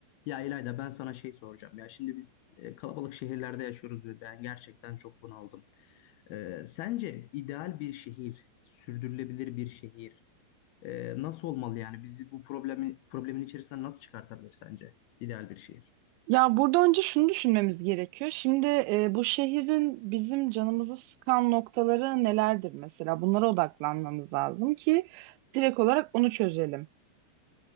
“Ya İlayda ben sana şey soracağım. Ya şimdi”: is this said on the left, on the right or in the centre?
Left